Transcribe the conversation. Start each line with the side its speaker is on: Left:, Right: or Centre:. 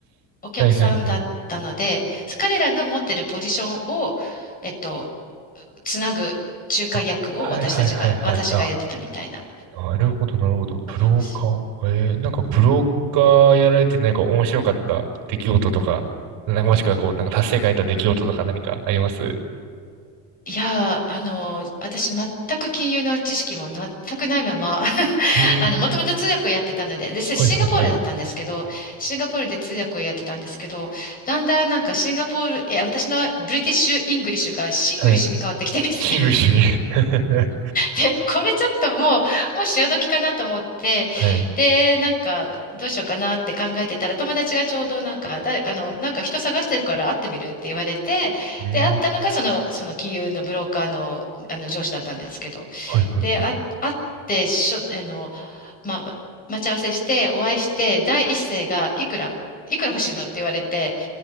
Left: お客さんだったので、
Right: はいはいはい。
Left: 彼らの持ってるポジションを、えっと、つなぐ仲介役を私たちが、
Right: あ、はいはいはいはい。
Left: 私がやってたみたいな。
Right: あ、なるほど、なるほど。ブローカー。
Left: そうなんですよ。
Right: えー、なんかブローカーやられてなんか面白かった出来事とか、なんかもしくはこう、なんか達成感得た出来事とか何かあります
Left: いやー、あのー、私全く金融の知識も全くないまま、<laughs>
Right: ええ
Left: あの、もともと通訳をやってたので、で、シンガポールだったんですけど、
Right: ー、はいはいはい。
Left: シンガポールで通訳をやってたんですけど、だんだんなんかシンガポール、え、私のブリティッシュ・イングリッシュがシングリッシュに変わってきてですね
Right: はい。シングルしに。<laughs>
Left: で、これちょっともう、もう潮時かなと思って、
Right: はい。
Left: で、なんか、どうしようかなって考えてたら、友達がちょうどなんか、誰、あの、なんか人探してるから会ってみるって言われて、
Right: うん、
Left: で、会ったのがその、その金融のブローカーの、あの上司だったんですけど、
Right: はいはい。
Left: で、あ、会って、しょ、あの、まあ、待ち合わせして、お会いして、第一声が、いくらいくら欲しいのって言われて、